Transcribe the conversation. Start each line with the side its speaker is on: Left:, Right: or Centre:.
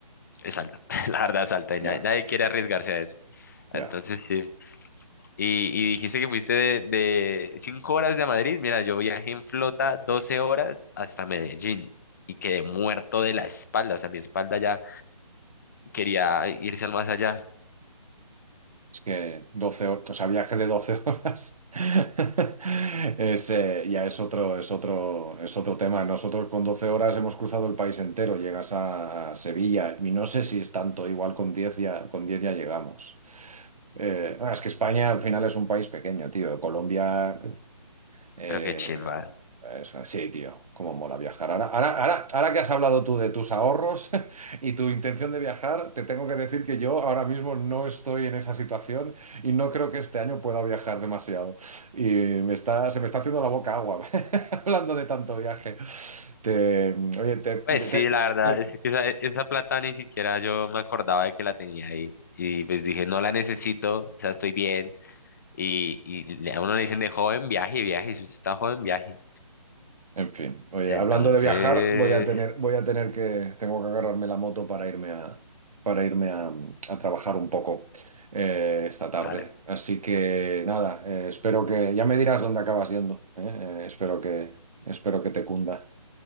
Left: es alta, <laughs> la verdad es alta y nadie,
Right: ya,
Left: nadie quiere arriesgarse a eso. Entonces
Right: ya.
Left: sí, y, y dijiste que fuiste de, de 5 horas de Madrid, mira, yo viajé en flota 12 horas hasta Medellín y quedé muerto de la espalda, o sea, mi espalda ya quería irse al más allá,
Right: Es que 12 horas, o sea, viaje de 12 horas <laughs> es, eh, ya es otro, es otro, es otro tema. Nosotros con 12 horas hemos cruzado el país entero, llegas a, a Sevilla y no sé si es tanto, igual con 10 ya, con 10 ya llegamos. Eh, ah, es que España al final es un país pequeño, tío. Colombia eh,
Left: pero qué chimba.
Right: eso, sí, tío, cómo mola viajar. Ahora, ahora, ahora, ahora que has hablado tú de tus ahorros <laughs> y tu intención de viajar, te tengo que decir que yo ahora mismo no estoy en esa situación y no creo que este año pueda viajar demasiado. Y me está, se me está haciendo la boca agua <laughs> hablando de tanto viaje. Te, oye, te, te-
Left: Pues sí,
Right: te-
Left: la verdad, es que esa, esa plata ni siquiera yo me acordaba de que la tenía ahí. Y pues dije, no la necesito, o sea, estoy bien. Y, y le- a uno le dicen de joven, viaje, viaje. Si usted está joven, viaje.
Right: En fin, oye,
Left: Entonces,
Right: hablando de viajar, voy a tener, voy a tener que, tengo que agarrarme la moto para irme a, para irme a, a trabajar un poco eh, esta tarde.
Left: dale.
Right: Así que nada, eh, espero que, ya me dirás dónde acabas yendo, ¿eh? Eh, espero que, espero que te cunda.